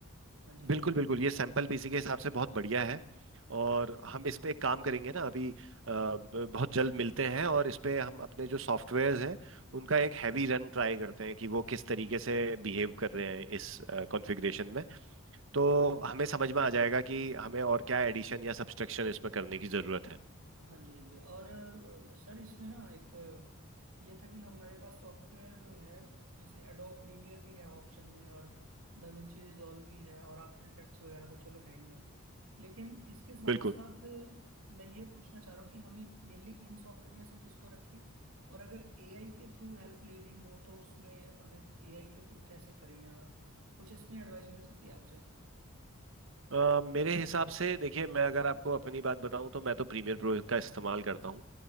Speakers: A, on the right (about 85°); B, on the right (about 60°).
A: हाँ जी
B: बिल्कुल बिल्कुल ये सैंपल भी इसी के हिसाब से बहुत बढ़िया है और हम इस पे एक काम करेंगे ना अभी अ, ब- बहुत जल्द मिलते हैं और इस पे हम अपने जो सॉफ्टवेयर्स हैं उनका एक हैवी रन ट्राई करते हैं कि वो किस तरीके से बिहेव कर रहे हैं इस कॉन्फ़िगरेशन में तो
A: हाँ
B: हमें समझ में आ जाएगा कि हमें और क्या एडिशन या सब्सट्रैक्शन इसमें करने की ज़रूरत है
A: हाँ जी हाँ जी और अ, सर इसमें ना एक अ, ये था कि हमारे पास सॉफ्टवेयर है जैसे एडोब प्रीमियर भी है ऑप्शन में और दाविंची रिजॉल्व भी है और आफ्टर इफेक्ट्स वगैरह तो चलो है ही है लेकिन इसके साथ
B: बिल्कुल
A: साथ मैं ये पूछना चाह रहा हूँ कि हमें मेनली इन सॉफ्टवेयर में से किसको रखें और अगर एआई के थ्रू हेल्प लेनी हो तो उसमें हमें एआई के थ्रू कैसे करें या कुछ इसमें एडवाइस मिल सकती है आपसे
B: अ, मेरे हिसाब से देखिए मैं अगर आपको अपनी बात बताऊं तो मैं तो प्रीमियर प्रो का इस्तेमाल करता हूं